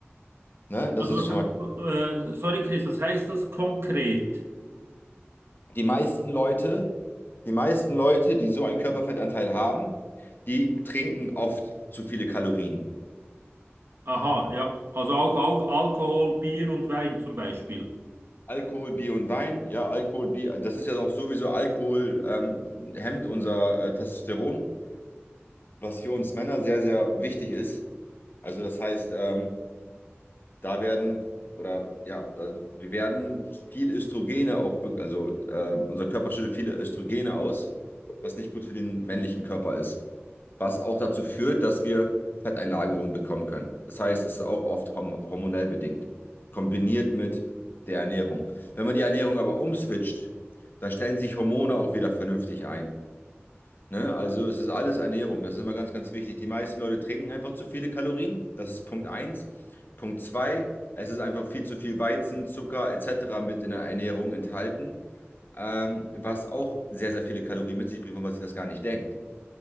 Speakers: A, on the left; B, on the right.
A: Ne? Das
B: Also,
A: ist
B: was-
A: schon mal.
B: äh, sorry, Chris, was heißt das konkret?
A: Die meisten Leute, die meisten Leute, die so einen Körperfettanteil haben, die trinken oft zu viele Kalorien.
B: Aha, ja. Also auch, auch Alkohol, Bier und Wein zum Beispiel.
A: Alkohol, Bier und Wein, ja, Alkohol, Bier, das ist ja auch sowieso Alkohol, ähm, hemmt unser äh, Testosteron. was für uns Männer sehr, sehr wichtig ist. Also das heißt, ähm, da werden oder ja, da, wir werden viel Östrogene auch, be- also ähm, unser Körper schüttet viele Östrogene aus, was nicht gut für den männlichen Körper ist. Was auch dazu führt, dass wir Fetteinlagerungen bekommen können. Das heißt, es ist auch oft horm hormonell bedingt, kombiniert mit der Ernährung. Wenn man die Ernährung aber umswitcht, dann stellen sich Hormone auch wieder vernünftig ein. Ne? Also es ist alles Ernährung, das ist immer ganz, ganz wichtig. Die meisten Leute trinken einfach zu viele Kalorien, das ist Punkt eins. Punkt 2: es ist einfach viel zu viel Weizen, Zucker etc. mit in der Ernährung enthalten, ähm, was auch sehr, sehr viele Kalorien mit sich bringt, wo man sich das gar nicht denkt.